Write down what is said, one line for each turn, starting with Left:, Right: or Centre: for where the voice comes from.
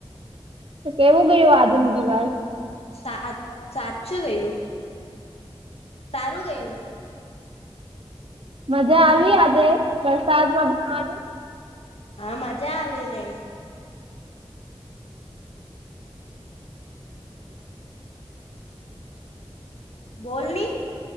Right: તો કેવું ગયું આજ નુ દિવસ.
Left: સા સાચું ગયું સારું ગયું.
Right: મજા આવી આજે વરસાદમાં ભણવાનું
Left: હા મજા આવી ને બોલની